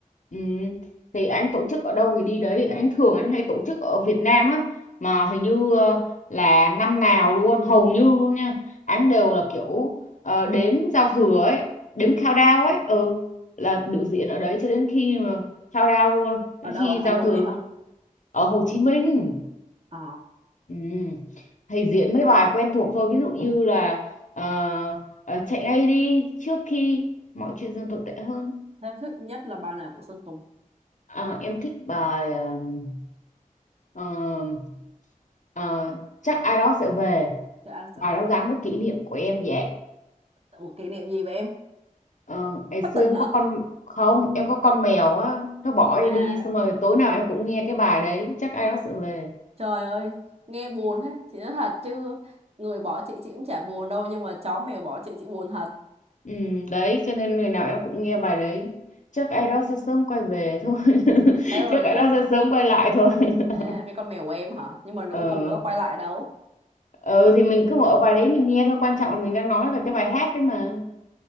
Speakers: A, on the left; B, on the right.
A: ừ. thì anh tổ chức ở đâu thì đi đấy anh thường anh hay tổ chức ở Việt Nam á mà hình như ờ, là năm nào luôn hầu như luôn nha anh đều là kiểu ờ, đếm giao thừa ấy đếm
B: ừ.
A: countdown ấy ừ là biểu diễn ở đấy cho đến khi mà countdown luôn
B: ở
A: đến
B: đâu
A: khi
B: ở Hà
A: giao
B: Nội
A: thừa luôn
B: hả
A: ở Hồ Chí Minh
B: ờ
A: ừ. thì diễn mấy bài quen thuộc thôi ví dụ như là ờ, ờ, chạy ngay đi trước khi mọi chuyện dần tồi tệ hơn
B: em thích nhất là bài nào của Sơn Tùng
A: Ờ, em thích bài ờm, ờm, ờ, chắc ai đó sẽ về
B: Trời anh sẽ
A: bài
B: về
A: đó
B: hả
A: gắn với kỷ niệm của em dạ
B: Ủa kỷ niệm gì vậy em
A: Ờ, ngày
B: thất
A: xưa
B: tình
A: em
B: hả
A: có con không em có con mèo á nó bỏ em
B: à
A: đi xong rồi tối nào em cũng nghe cái bài đấy chắc ai đó sẽ về
B: trời ơi nghe buồn ha chị nói thật chứ người bỏ chị chị cũng chả buồn đâu nhưng mà chó mèo bỏ chị chị buồn thật
A: ừ, đấy cho nên ngày nào em cũng nghe bài đấy chắc ai đó sẽ sớm quay về thôi <laughs>
B: thế rồi
A: chắc ai
B: ờ,
A: đó sẽ sớm quay lại thôi <laughs>
B: à cái con mèo của em hả nhưng mà nó
A: ờ
B: cuối cùng nó có quay lại đâu
A: ừ, thì mình cứ mở bài đấy mình nghe thôi quan trọng
B: ừ.
A: là mình đang nói về cái bài hát đấy mà